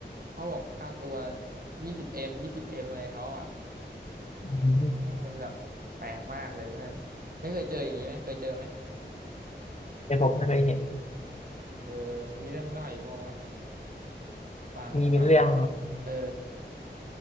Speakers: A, on the right; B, on the left.
A: เขาบอกค่าตัวยี่สิบเอ็มยี่สิบเอ็มอะไรเขาอ่ะ
B: อืม
A: แม่งเป็นแบบแปลกมากเลยเพื่อนไม่เคยเจออย่างนี้ไหมเคยเจอไหม
B: แต่ผมไม่เคยเห็น
A: เออมึงมีเรื่องเล่าอยู่บอกว่าวะฟังแล้วแบบ
B: มีเป็นเรื่อง
A: เออ